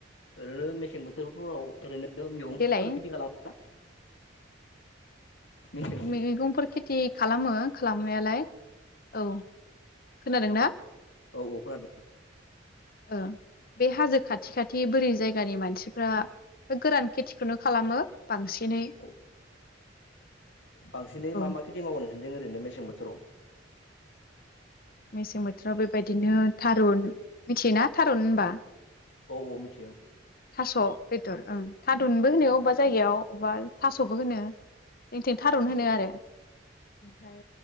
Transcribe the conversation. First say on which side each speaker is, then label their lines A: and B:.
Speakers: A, on the left (about 75°); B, on the left (about 50°).
A: ओरैनो मेसें बोथोरफोराव ओरैनो मैगंफोर
B: देलाय
A: खेथि खालामो ना? मेसें
B: मैगंफोर खेथि खालामो खालामनायालाय औ। खोनादों ना
A: औ औ खोनादों
B: ओ बे हाजो खाथि खाथि बोरै जायगानि मानसिफ्रा बे गोरान खेथिखौनो खालामो बांसिनै
A: औ बांसिनै
B: औ
A: मा मा खेथि मावनो नोंसिथिं ओरैनो मेसें बोथोराव
B: मेसें बोथोराव बेबायदिनो थारुन मिथियोना थारुन होनबा
A: औ औ मिथियो
B: थास' बेदर ओं थादुनबो होनो अबेबा जायगायाव अबेबा थास'बो होनो जोंथिं थारुन होनो
A: औ
B: आरो ओमफाय